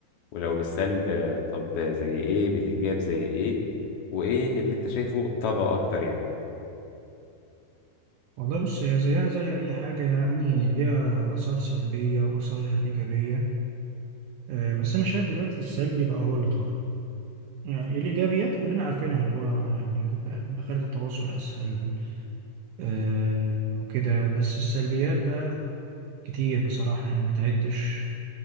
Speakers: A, on the left; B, on the right.
A: ولو بالسلب آه، طب زي ايه بالايجاب زي ايه وايه اللي انت شايفه طغى اكتر يعني
B: والله بص هي زيها زي اي حاجه يعني ليها اثار سلبيه واثار ايجابيه آه بس انا شايف دلوقتي السلبي بقى هو اللي طاغي يعني الايجابيات كلنا عارفينها اللي هو آه، يعني بقى- خلت التواصل اسهل آه وكده بس السلبيات بقى كتير بصراحه يعني ما تعدش